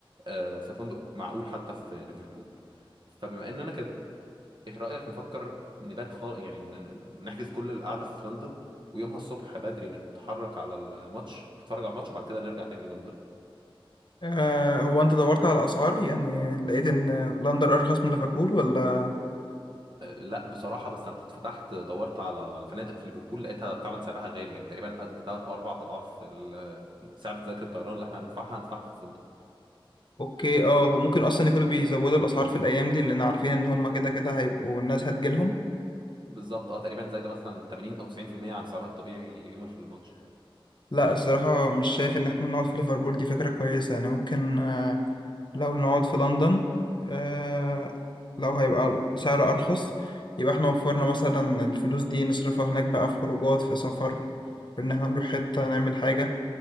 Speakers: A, on the right; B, on the left.
A: آه، في فندق معقول حتى في ليفربول فبما اننا كده ايه رأيك نفكر نبات خالص يعني ن- ن- نحجز كل القعدة في لندن ويومها الصبح بدري نتحرك على الماتش نتفرج على الماتش وبعد كده نرجع تاني لندن
B: آه هو انت دورت على اسعار يعني لقيت ان لندن ارخص من ليفربول ولا
A: أه لا بصراحة بس انا كنت فتحت دورت على الفنادق في ليفربول لقيتها فعلا سعرها غالي يعني تقريبا قد 3 او 4 اضعاف ال- سعر تذاكر الطيران اللي احنا هندفعها هندفعها في الفندق
B: اوكي اه هو ممكن اصلا يكونوا بيزودوا الاسعار في الايام دي لان عارفين ان هم كده كده هيبقوا الناس هتجيلهم
A: بالظبط اه تقريبا زي ده مثلا 80 او 90% عن سعرها الطبيعي يوم الماتش
B: لا الصراحة مش شايف إن إحنا نقعد في ليفربول دي فكرة كويسة يعني ممكن آه، لو نقعد في لندن آه، لو هيبقى سعر أرخص يبقى إحنا وفرنا مثلا الفلوس دي نصرفها هناك بقى في خروجات في سفر في إن إحنا نروح حتة نعمل حاجة